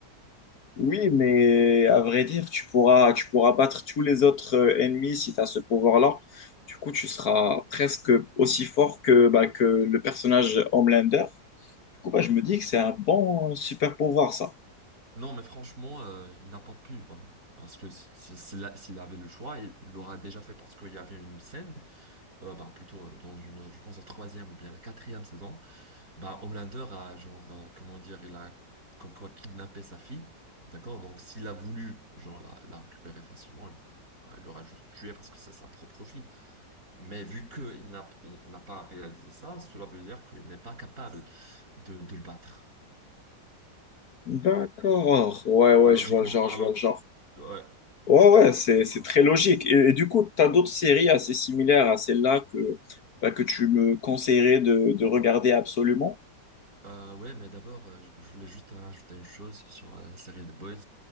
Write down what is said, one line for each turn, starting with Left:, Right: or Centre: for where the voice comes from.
Left: oui, mais à vrai dire, tu pourras, tu pourras battre tous les autres euh, ennemis si tu as ce pouvoir-là. Du coup, tu seras presque aussi fort que, bah, que le personnage Homelander. Du coup, bah, je me dis que c'est un bon super pouvoir, ça.
Right: Non, mais franchement, euh, il n'a pas pu. voilà. Parce que si- si- s'il a- s'il avait le choix, il l'aurait déjà fait parce qu'il y avait une scène, euh, bah, plutôt euh, dans une, je pense, la troisième ou bien la quatrième saison. Bah, Homelander a, genre, euh, comment dire, il a comme quoi kidnappé sa fille, d'accord? Donc, s'il a voulu, genre, la, la récupérer facilement, il bah, il l'aura juste tué parce que c'est sa propre fille. Mais vu qu'il n'a, il n'a pas réalisé ça, cela veut dire qu'il n'est pas capable de, de le battre.
Left: D'accord. Ouais, ouais,
Right: Bah, logiquement
Left: je vois le genre,
Right: parlant.
Left: je vois le genre.
Right: Ouais,
Left: Ouais, ouais,
Right: logiquement
Left: c'est, c'est
Right: parlant.
Left: très logique. Et, et du coup, tu as d'autres séries assez similaires à celle-là que, bah, que tu me conseillerais de, de regarder absolument.
Right: Euh, ouais, mais d'abord, euh, je je voulais juste ajouter une chose sur la série The Boys.